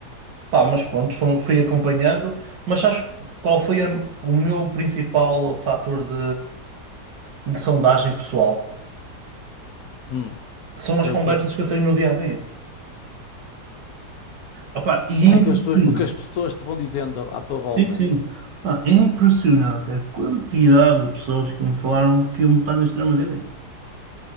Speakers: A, on the right; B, on the left.
A: pá, mas pronto, fui fui acompanhando. Mas acho qual foi a- o meu principal fator de, de sondagem pessoal?
B: Hum,
A: São as
B: é
A: conversas
B: o quê?
A: que eu tenho no dia a dia. Opa, e é impressionante.
B: Ai, que as pessoas- o que as pessoas te vão dizendo à tua volta.
A: Sim, sim. Ah, é impressionante a quantidade de pessoas que me falaram que iam votar na extrema-direita.